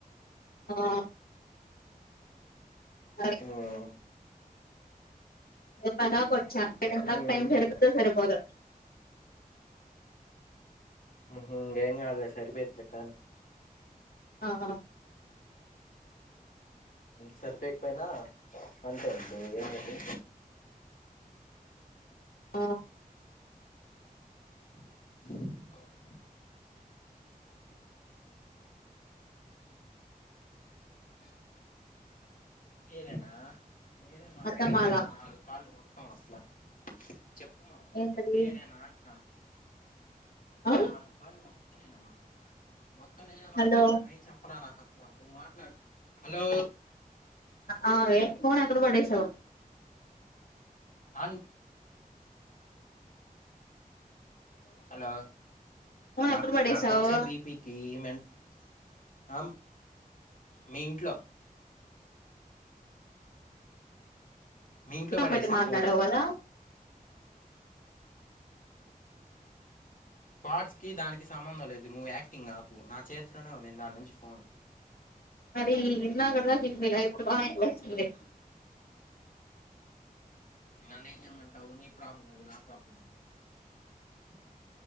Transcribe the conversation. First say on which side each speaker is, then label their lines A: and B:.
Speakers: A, on the left (about 85°); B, on the left (about 60°).
A: ఆ ఆ
B: ఉమ్
A: పన వచ్చా కడ
B: ఉమ్
A: టైమ్ సరిపోదు సరిపోదో
B: ఉ ఏం కాదులే సరిపోయతులే కానీ
A: ఆహా
B: సరిపోకపోయినా అంతే అండి ఏమడి
A: ఆ
B: క మీరేనా నేనే మాట్లాడా
A: అర్థం కాలా
B: ఈ నాలుగు కాల్ లు మొత్తం వస్తానాయ్ చెప్పుమా
A: ఏంటది
B: చెప్పు ఇడేనా అంటున్నా
A: ఆ
B: ఈ నాలుగు కాల్ లు మొత్తం నేను మాట్లా మొత్తం నేనే
A: హలో
B: మాట్లాడాను మేం చెప్పాల నాకు మాట్లాడూ హలో
A: ఆ ఏ ఫోన్ ఎక్కడ పడేసావ్
B: అన్ హలో
A: ఫోన్
B: నాకు
A: ఎక్కడ పడేసావు
B: నాకుచ్చే బీపీకి ఏమంటే ఆ మీ ఇంట్లో మీ ఇంట్లో
A: గమ్మతి
B: పడేసా
A: మాట్లాడవ్
B: ఫోన్
A: కదా
B: ఫార్ట్స్ కి దానికి సంబంధం లేదు నువ్వు యాక్టింగ్ నాకు నా చేతిలోనే ఉంది దాని నుంచి ఫోన్
A: మరి ఇందాకటిదాకా ఎనిపియ్యల్ ఇప్పుడు బాగా వినపడుతుంది
B: నన్నేం చేయమంటావు నీ ప్రాబ్లం అది నా ప్రాబ్లం కాదు